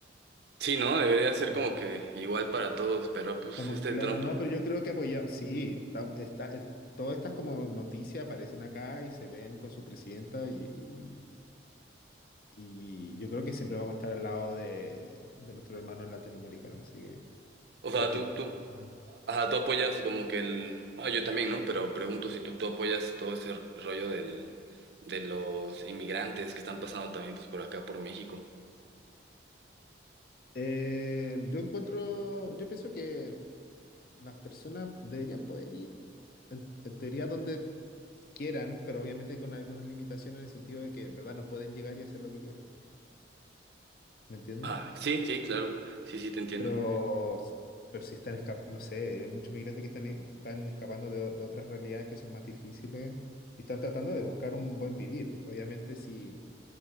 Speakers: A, on the right; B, on the left.
A: Sí, ¿no? Debería ser
B: Sí.
A: como que igual para
B: sí.
A: todos, pero pues
B: Como,
A: este
B: claro,
A: trompa.
B: no, pero yo creo que apoyamos, sí, está, está- es- todas estas como noticias aparecen acá y se ven con su presidenta y, y- y yo creo que siempre vamos a estar al lado de, de nuestros hermanos latinoamericanos, así que
A: O
B: cualquier
A: sea, tú,
B: cosa.
A: tú, Ajá, tú apoyas como que el... Ah, yo también, ¿no? Pero pregunto si tú, tú apoyas todo ese rollo del, de los inmigrantes que están pasando también pues por acá, por México.
B: Eh, yo encuentro, yo pienso que las personas deberían poder ir en, en teoría donde quieran, pero obviamente con algunas limitaciones en el sentido de que en verdad no pueden llegar y hacer lo que quieren, ¿me entiendes?
A: Ah, sí, sí, claro. Sí, sí, te entiendo.
B: Pero, pero si están escapando, no sé, hay muchos migrantes que están, e- están escapando de, de otras realidades que son más difíciles y están tratando de buscar un buen vivir. Obviamente si